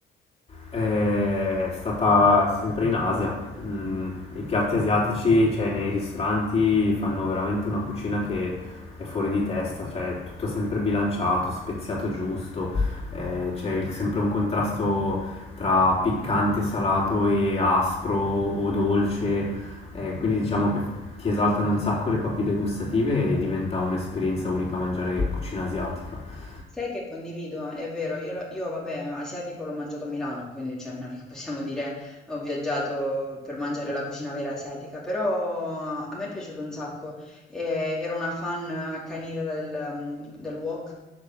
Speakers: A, on the left; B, in the centre.
A: È stata sempre in Asia. Mm, I piatti asiatici, cioè nei ristoranti, fanno veramente una cucina che è fuori di testa, cioè è tutto sempre bilanciato, speziato giusto, eh, c'è il- sempre un contrasto tra piccante, salato e aspro o dolce, eh, quindi diciamo che ti esaltano un sacco le papille gustative e diventa un'esperienza unica mangiare cucina asiatica.
B: Sai che condivido, è vero, io, lo- io, vabbè, asiatico l'ho mangiato a Milano, quindi cioè, non è che possiamo dire ho viaggiato per mangiare la cucina vera asiatica, però a me è piaciuto un sacco, e ero una fan accanita del, mm, del wok,